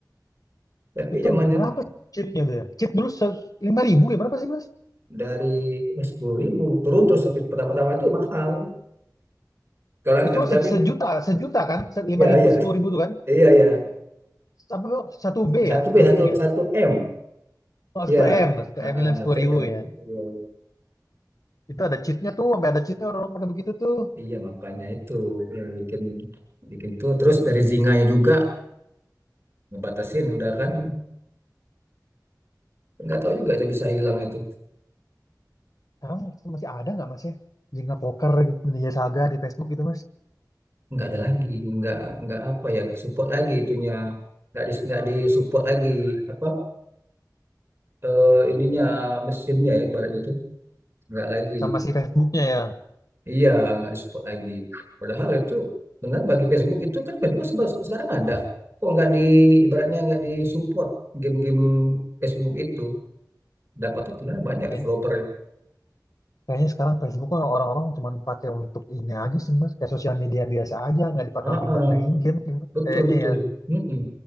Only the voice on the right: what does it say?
tapi
zaman
dari eh, sepuluh ribu turun terus tapi pertama-tama itu mahal sekarang
kan
tapi
ya
ya
iya ya
satu
b
satu
satu m
ya
satu
m
iya iya.
Iya, makanya itu yang bikin bikin tuh terus dari zinganya juga ngebatasin udah kan nggak tahu juga itu bisa hilang itu
nggak ada lagi nggak nggak apa ya nggak support lagi itunya nggak di nggak di lagi apa eh, ininya mesinnya ya ibaratnya itu nggak lagi
Iya, nggak disupport lagi. Padahal itu benar bagi Facebook itu kan Facebook se- sekarang ada. Kok nggak di ibaratnya nggak disupport game-game Facebook itu dapatnya sebenarnya banyak
developer.
Ah,
ah,
betul
betul.
Mm-mm.